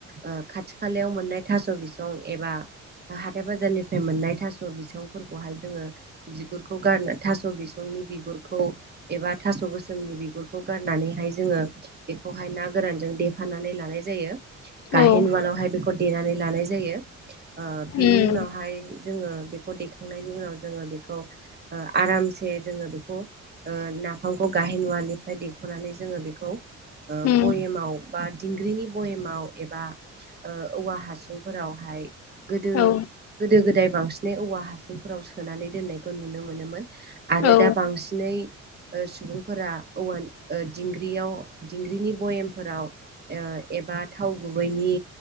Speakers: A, on the right; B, on the left.
A: ओ खाथि खालायाव मोननाय थास' बिसं एबा हाथाय बाजारनिफ्राय मोननाय थास' बिसंफोरखौहाय जोङो बिगुरखौ गारना थास' बिसं नि बिगुरखौ एबा थास' गोसोमनि बिगुरखौ गारनानैहाय जोङो बेखौहाय ना गोरानजों देफानानै लानाय जायो। गाहेन
B: औ
A: उवालावहाय बेखौ देनानै लानाय जायो। ओ बिनि
B: उम
A: उनावहाय जोङो बेखौ देखांनायनि उनाव जोङो बेखौ ओ आरामसे जोङो बेखौ ओ नाफामखौ गाहेन उवालनिफ्राय देख'नानै जोङो बेखौ ओ बयेमाव
B: उम
A: बा दिंग्रिनि बयेमाव एबा ओ औवा हासुं फोरावहाय गोदो
B: औ
A: गोदो गोदाय बांसिनै औवा हासुंफोराव सोनानै दोननायखौ नुनो मोनोमोन आरो
B: औ
A: दा बांसिनै नै ओ सुबुंफोरा औवानि ओ दिंग्रियाव दिंग्रिनि बयेमफोराव ओ एबा थाव गुबैनि